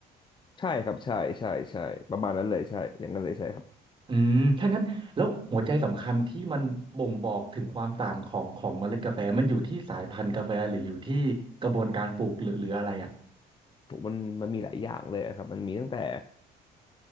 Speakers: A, on the left; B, on the right.
A: ใช่ครับใช่ ใช่ใช่ประมาณนั้นเลยใช่อย่างนั้นเลยใช่ครับ
B: อืมถ้างั้นแล้วหัวใจสำคัญที่มันบ่งบอกถึงความต่างของของเมล็ดกาแฟมันอยู่ที่สายพันธุ์กาแฟหรืออยู่ที่กระบวนการปลูกหรือหรืออะไรอ่ะ
A: ผมมันมันมีหลายอย่างเลยอะครับมันมีตั้งแต่